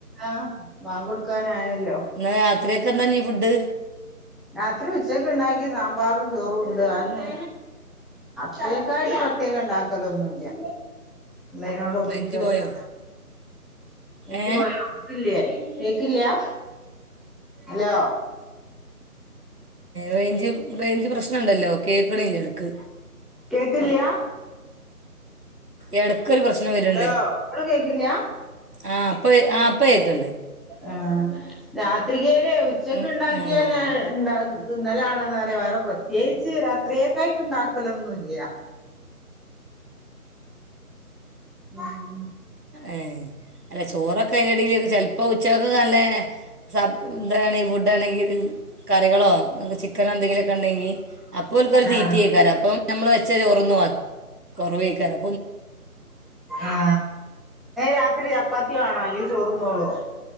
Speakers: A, in the centre; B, on the right (about 80°).
A: ആഹ് മാ കൊടുക്കാനായല്ലോ?
B: എന്നാൽ രാത്രിയൊക്കെ എന്ത ഫുഡ്
A: രാത്രി ഉച്ചക്ക ഉണ്ടാക്കി സാമ്പാറും ചോറും ഉണ്ട് അന്നെ കേക്കായിട്ട് പ്രത്യേകം ഇണ്ടാക്കല ഒന്നുമല്ല ഇതിനോട് ഒപ്പിക്കുകല്ലാ
B: റേഞ്ച് പോയോ
A: നേഞ്ചി
B: ഏ
A: പോയോ അട്ടില്ലയേ കേക്കില്ലയാ ഹലോ
B: റേഞ്ച് റേഞ്ച് പ്രശ്നണ്ടല്ലോ കേൾക്കണെന്റെ അടുക്ക്
A: കേക്കില്ലയ
B: ഇടക്കൊരു പ്രശ്നം വരുണ്ട്
A: ഹലോ ഇപ്പളും കേക്കില്ല
B: ആഹ അപ്പ ആ അപ്പ കേട്ടുണ്ട്
A: ആ രാത്രികരെ ഉച്ചക്ക്
B: ഉം,
A: ഉണ്ടാക്കിയന്നെ
B: ആ
A: ഉണ്ടും ഇത് ഇന്നലാണെന്ന് അറിയാം വേറെ പ്രത്യേകിച്ച് രാത്രിയൊക്കയിട്ടണ്ടാക്കലോ ഒന്നും ഇല്ല ഉം
B: ഏ അല്ല ചോറൊക്കെ അതിന്റെടയില് ചിലപ്പ ഉച്ചക്ക നല്ലേ സ ഇന്താണെങ്കിൽ ഫുഡ ആണെങ്കിൽ കറികളോ? ചിക്കനോ എന്തെങ്കിലുമൊക്കെ ഉണ്ടെങ്കി അപ്പോ ഒരിക്ക ഒരു തീറ്റി
A: ആഹ്
B: ആക്കാർ അപ്പൊ നമ്മള് വെച്ച ചോറന്നു കുറവ കാറു
A: ആ രാത്രി ചപ്പാത്തി വേണോ? അല്ല ചോറുണ്ടോളുവോ?